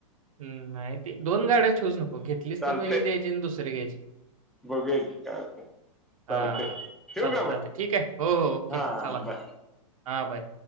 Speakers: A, on the right; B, in the centre.
A: हम नाही ते दोन गाड्या ठेऊच नको घेतलीच
B: चालतंय
A: तर मग ही द्यायची आणि दुसरी घ्यायची
B: बघूया की काय होतंय
A: हा
B: चालतंय ठेवू
A: चालत
B: का मग?
A: चालत ठीके, हो हो ओके
B: हा
A: चला.
B: बाय.
A: हा बाय.